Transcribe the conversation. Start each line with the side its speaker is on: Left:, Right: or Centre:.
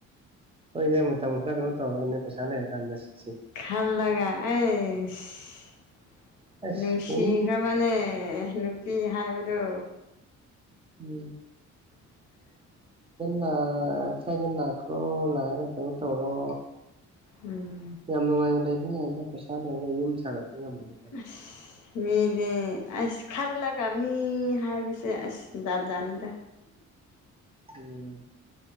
Right: ꯍꯣꯏꯅꯦ ꯃꯇꯝ ꯈꯔ ꯀꯩꯅꯣ ꯇꯧꯔꯒꯅꯦ ꯄꯩꯁꯥ ꯂꯩꯔꯀꯥꯟꯗ ꯁꯤ
Left: ꯈꯔ ꯂꯥ ꯑꯦꯁ
Right: ꯑꯁ
Left: ꯅꯨꯡꯁꯤꯈ꯭ꯔꯕꯅꯦ
Right: ꯄꯨꯡ
Left: ꯅꯨꯄꯤ ꯍꯥꯏꯕꯗꯨ
Right: ꯎꯝ
Left: <unintelligible>
Right: ꯗ ꯁꯥꯏꯗ ꯂꯅꯥꯈ꯭ꯔꯣ ꯂꯥꯛꯑꯒ ꯀꯩꯅꯣ ꯇꯧꯔꯣ
Left: ꯎꯝ
Right: ꯌꯥꯝ ꯅꯨꯡꯉꯥꯏꯅ ꯂꯩꯕ ꯌꯥꯏꯗ ꯄꯩꯁꯥ ꯂꯩꯔꯒ ꯌꯨꯝ ꯁꯥꯒꯠꯄ ꯉꯝꯃꯗꯤꯀꯣ
Left: ꯑꯁ ꯃꯤꯗꯦ ꯑꯁ ꯈꯜꯂꯒ ꯃꯤ ꯍꯥꯏꯕꯁꯦ ꯑꯁ ꯖꯥꯠꯖꯥꯠꯅꯤꯗ
Right: ꯎꯝ